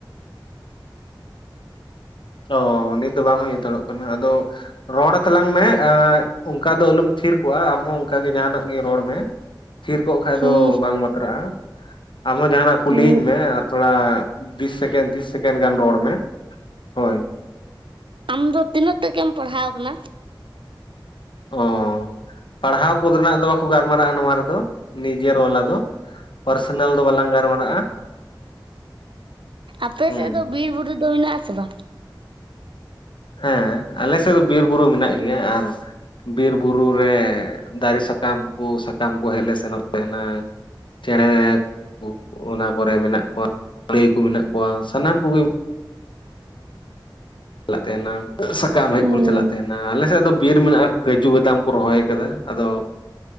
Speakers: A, on the left; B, on the right.
A: ᱚ ᱱᱤᱛ ᱫᱚ ᱵᱟᱝ ᱦᱩᱭ ᱦᱟᱛᱟᱲᱚᱜ ᱠᱟᱱᱟ, ᱟᱫᱚ ᱨᱚᱲ ᱛᱟᱞᱟᱝ ᱢᱮ ᱮ ᱚᱱᱠᱟ ᱫᱚ ᱟᱞᱚᱢ ᱛᱷᱤᱨ ᱠᱚᱜ-ᱟ ᱟᱢᱦᱚᱸ ᱚᱱᱠᱟᱜᱮ ᱡᱟᱦᱟᱱᱟᱜ ᱜᱮ ᱨᱚᱲ ᱢᱮ᱾ ᱛᱷᱤᱨ ᱠᱚᱜ ᱠᱷᱟᱡ
B: ᱦᱩᱸ
A: ᱫᱚ ᱵᱟᱝ ᱵᱟᱛᱨᱟᱜ-ᱟ ᱟᱢᱚᱸ ᱡᱟᱦᱟᱱᱟᱜ ᱠᱩᱞᱤᱭᱤᱧ
B: ᱦᱩᱸ
A: ᱢᱮ ᱟᱨ ᱛᱷᱚᱲᱟ ᱵᱤᱥ ᱥᱮᱠᱮᱱᱰ ᱛᱤᱥ ᱥᱮᱠᱮᱱᱰ ᱜᱟᱱ ᱨᱚᱲ ᱢᱮ ᱦᱳᱭ᱾
B: ᱟᱢᱫᱚ ᱛᱤᱱᱟᱹᱜ ᱴᱟᱜ ᱮᱢ ᱯᱟᱲᱦᱟᱣ ᱠᱟᱱᱟ?
A: ᱚ ᱯᱟᱲᱦᱟᱣ ᱠᱚᱫᱚ ᱵᱟᱠᱚ ᱜᱟᱞᱢᱟᱨᱟᱜ-ᱟ ᱱᱚᱣᱟ ᱨᱮᱫᱚ ᱱᱤᱡᱮᱨ ᱵᱟᱞᱟ ᱫᱚ, ᱯᱟᱨᱥᱮᱱᱟᱞ ᱫᱚ ᱵᱟᱞᱟᱝ ᱜᱟᱞᱢᱟᱨᱟᱜᱼᱟ ᱾
B: ᱟᱯᱮ
A: ᱦᱩᱸ᱾
B: ᱥᱮᱫ ᱫᱚ ᱵᱤᱨ ᱵᱩᱨᱩ ᱫᱚ ᱢᱮᱱᱟᱜ ᱟᱥᱮ ᱵᱟᱝ?
A: ᱦᱮᱸ ᱟᱞᱮ ᱥᱮᱫ ᱫᱚ ᱵᱤᱨ ᱵᱩᱨᱩ ᱢᱮᱱᱟᱜ ᱜᱮᱭᱟ ᱟᱨᱼᱼ ᱵᱤᱨ ᱵᱩᱨᱩ ᱨᱮ ᱫᱟᱨᱮ ᱥᱟᱠᱟᱢ ᱠᱚ ᱥᱟᱠᱟᱢ ᱠᱚ ᱦᱮᱡ ᱞᱮ ᱥᱮᱱᱚᱜ ᱛᱟᱦᱮᱸᱱᱟ ᱾ ᱪᱮᱬᱮ ᱚ ᱚᱱᱟ ᱠᱚᱨᱮ ᱢᱮᱱᱟᱜ ᱠᱚᱣᱟ ᱯᱟᱹᱭ ᱠᱚ ᱢᱮᱱᱟᱜ ᱠᱚᱣᱟ ᱥᱟᱱᱟᱢ ᱠᱚᱜᱮᱼᱼ ᱪᱟᱞᱟᱜ ᱛᱟᱦᱮᱸᱱᱟ ᱥᱟᱠᱟᱢ ᱦᱮᱡ
B: ᱦᱩᱸ
A: ᱠᱚᱞᱮ ᱪᱟᱞᱟᱜ ᱛᱟᱦᱮᱸᱱ ᱾ ᱟ ᱟᱞᱮᱥᱮᱫ ᱫᱚ ᱵᱤᱨ ᱢᱮᱱᱟᱜᱼᱟ, ᱠᱟᱹᱡᱩ ᱵᱟᱫᱟᱢ ᱠᱚ ᱨᱚᱦᱚᱭ ᱟᱠᱟᱫᱟ ᱟᱫᱚᱼᱼ